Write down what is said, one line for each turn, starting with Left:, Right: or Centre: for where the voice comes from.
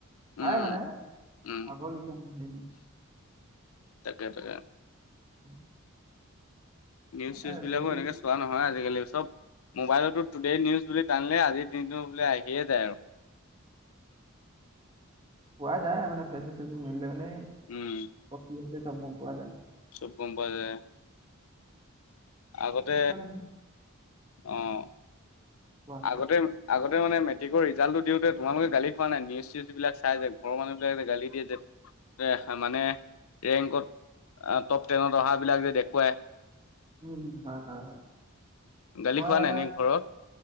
Left: উম
Right: চাই মানে
Left: উম
Right: আগৰ লিখিয়া
Left: তাকে তাকে।
Right: <unintelligible>
Left: নিউজ-চিউজবিলাকো
Right: মানে মোবাইলত
Left: এনেকে চোৱা নহয় আজিকালি চব মোবাইলটো টুডে নিউজ বুলি টানিলে আজিৰ দিনটো বোলি আহিয়ে যায় আৰু।
Right: পোৱা যায় মানে ফেচবুক চেচবুক মেলিলে মানে
Left: উম
Right: কি হৈছে তাক গ'ম পোৱা নায়।
Left: চব গ'ম পাই যায়। আগতে
Right: সেইটো কাৰণে
Left: অ'
Right: কোৱা
Left: আগতে আগতে মানে মেট্ৰিকৰ ৰিজাল্ট দিওঁতে তোমালোক গালি খোৱা নাই? নিউজ চিউজবিলাক চায় যে ঘৰৰ মানুহ বিলাকে গালি দিয়ে যে। মানে ৰেংকত টপ টেনত অহা বিলাক যে দেখুৱাই।
Right: উম, হয়, হয়, হয়।
Left: গালি
Right: মই
Left: খোৱা
Right: মানে
Left: নাই নে ঘৰত?